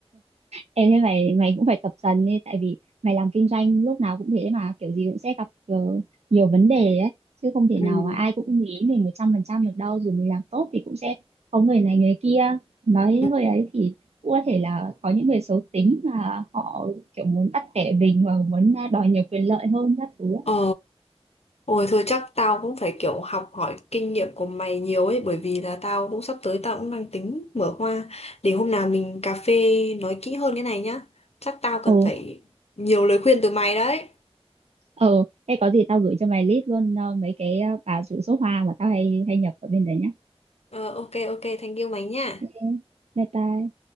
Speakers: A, on the right (about 80°); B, on the left (about 75°).
A: Em thế mày mày cũng phải tập dần đi tại vì mày làm kinh doanh lúc nào cũng thế mà kiểu gì cũng sẽ gặp ờ, nhiều vấn đề ấy chứ không thể
B: Ừ.
A: nào mà ai cũng nghĩ mình một trăm phần trăm được đâu dù mình làm tốt thì cũng sẽ có người này người kia nói
B: ừ.
A: hơi ấy thì cũng có thể là có những người xấu tính mà họ kiểu muốn bắt bẻ mình và muốn à, đòi nhiều quyền lợi hơn các thứ ấy.
B: Ờ Ôi thôi chắc tao cũng phải kiểu học hỏi kinh nghiệm của mày nhiều ấy bởi vì là tao cũng sắp tới tao cũng đang tính mở hoa để hôm nào mình cà phê nói kỹ hơn cái này nhá. Chắc tao cần
A: Ồ,
B: phải nhiều lời khuyên từ mày đấy.
A: ờ, thế có gì tao gửi cho mày list luôn ờ, mấy cái ờ, bà rủ số hoa mà tao hay hay nhập ở bên đấy nhá.
B: Ờ ok ok thank you mày nha.
A: Ok, Bye bye.